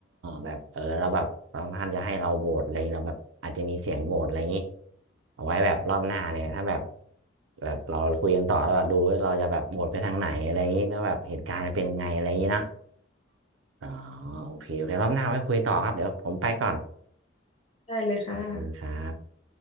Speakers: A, on the right (about 75°); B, on the left (about 30°).
A: แบบเออเราแ้บบบางท่านจะให้เราโหวตอะไรองเราแบบอาจจะมีเสียงโหวตอะไรอย่างนี้เอาไว้แบบรอบหน้าเนี่ยถ้าแบบแบบเราคุยกันต่อแล้วแบบดูว่าเราจะแบบโหวตไปทางไหนอะไรอย่างนี้แล้วแบบเหตุการณ์จะเป็นยังไงอะไรอย่างนี้นะอ๋อโอเคโอเครอบหน้าไว้คุยต่อครับเดี๋ยวผมไปก่อน
B: ได้เลยค่ะ
A: ขอบคุณครับ